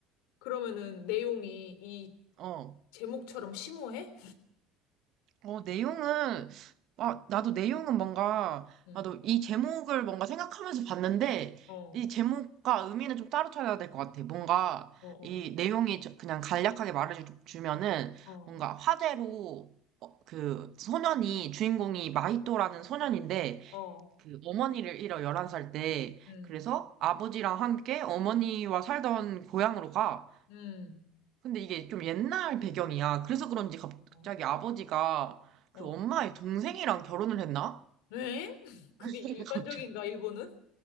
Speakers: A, on the left; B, on the right.
A: 그러면은 내용이 이
B: 어.
A: 제목처럼 심오해?
B: 어, 내용은, 아, 나도 내용은 뭔가,
A: 응.
B: 나도 이 제목을 뭔가 생각하면서 봤는데,
A: 어,
B: 이 제목과 의미는 좀 따로 찾아야 될 것 같아. 뭔가,
A: 어, 어,
B: 이 내용이 저- 그냥 간략하게 말해주면은,
A: 어,
B: 뭔가 화제로, 어, 그, 소년이, 주인공이 마히토라는 소년인데,
A: 어.
B: 그, 어머니를 잃어, 열한 살 때.
A: 응,
B: 그래서 아버지랑 함께 어머니와 살던 고향으로 가.
A: 응.
B: 근데 이게 좀 옛날 배경이야. 그래서 그런지 갑자기
A: 어,
B: 아버지가
A: 어.
B: 그 엄마의 동생이랑 결혼을 했나?
A: 왜? <laughs> 그게
B: <laughs>
A: 일반적인가, 일본은?